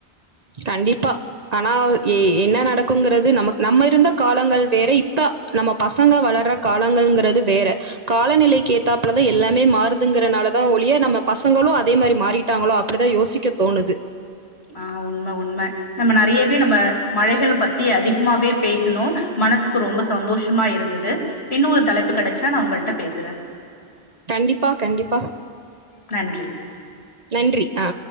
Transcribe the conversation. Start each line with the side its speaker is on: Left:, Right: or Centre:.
Right: கண்டிப்பா ஆனா எ என்ன நடக்குங்கிறது நமக் நம்ம இருந்த காலங்கள் வேற இப்ப நம்ம பசங்க வளர்ற காலங்கள்ங்குறது வேற காலநிலைக்கு ஏத்தாப்புலதா எல்லாமே மாறுதுங்கறனாலதா ஒழிய நம்ம பசங்களு அதே மாரி மாறிட்டாங்களோ அப்படிதா யோசிக்க தோணுது
Left: ஆ உண்ம உண்ம நம்ம நெறையாவே நம்ம மழைகள் பத்தி அதி கமாவே பேசுனோ மனசு ரொம்ப சந்தோஷமா இருந்தது இன்னொரு தலைப்பு கடைச்சா நா உங்கள்ட்ட பேசுறேன்
Right: கண்டிப்பா கண்டிப்பா
Left: நன்றி
Right: நன்றி ஆ